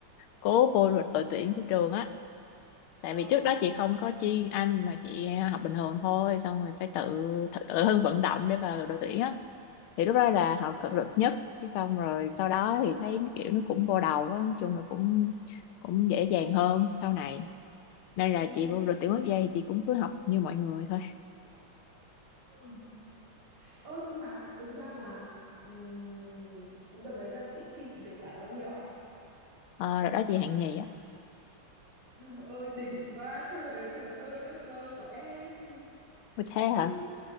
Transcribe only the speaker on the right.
Ồ.
Ừ,
ừ,
ừ. Ơ nhưng mà tính ra là ừm, đợt đấy là chị thi chị được giải bao nhiêu ạ?
Trời ơi đỉnh quá trời trời ơi ước mơ của em. <laughs>
Ừ,